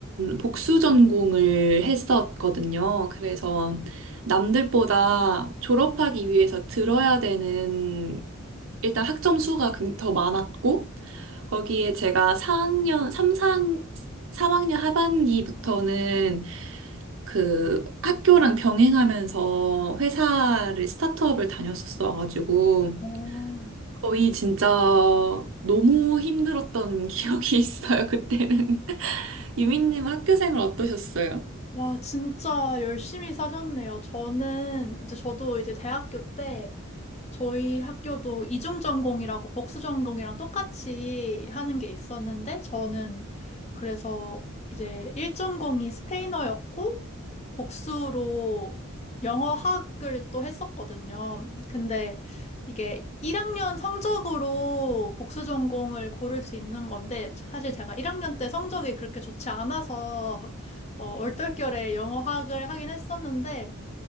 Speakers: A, on the right; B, on the left.
A: 복수 전공을 했었거든요. 그래서 남들보다 졸업하기 위해서 들어야 되는 일단 학점 수가 굉- 더 많았고, 거기에 제가 사학년 3, 4, 삼학년 하반기부터는 그 학교랑 병행하면서 회사를, 스타트업을 다녔었어가지고,
B: 어,
A: 거의 진짜 너무 힘들었던 <laughs> 기억이 있어요, 그때는. <laughs> 유민님 학교 생활 어떠셨어요?
B: 와, 진짜 열심히 사셨네요. 저는, 이제 저도 이제 대학교 때 저희 학교도 이중 전공이라고 복수 전공이랑 똑같이 하는 게 있었는데 저는 그래서 이제 1전공이 스페인어였고 복수로 영어학을 또 했었거든요. 근데 이게 1학년 성적으로 복수 전공을 고를 수 있는 건데 사실 제가 1학년 때 성적이 그렇게 좋지 않아서 어, 얼떨결에 영어학을 하긴 했었는데